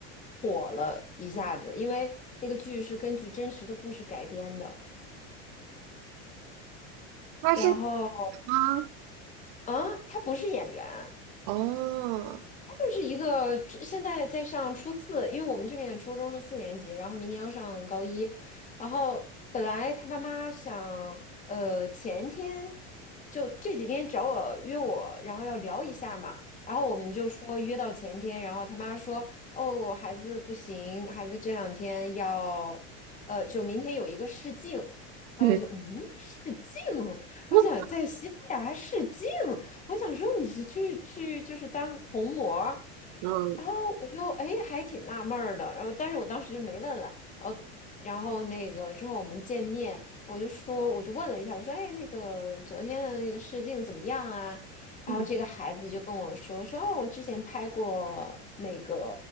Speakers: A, on the left; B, on the right.
A: 火了一下子，因为那个剧是根据真实的故事改编的。
B: 他是
A: 然后
B: 啊，
A: 啊，他不是演员，
B: 哦，
A: 他就是一个现在在上初四，因为我们这边初中是四年级，然后明年要上高一，然后本来他妈妈想，呃，前天就这几天找我约我，然后要聊一下嘛，然后我们就说约到前天，然后他妈说，哦，我孩子不行，孩子这两天要，呃，就明天有一个试镜，然后我就嗯，
B: 嗯，
A: 试镜，
B: <laughs>
A: 我想在西班牙试镜。我想说你是去去就是当童模儿
B: 嗯
A: 然后我就哎还挺纳闷儿的，然后但是我当时就没问了，然后然后那个之后我们见面，我就说我就问了一下，我说哎那个昨天的那个试镜怎么样啊？然后这个孩子就跟我说说哦我之前拍过那个
B: 嗯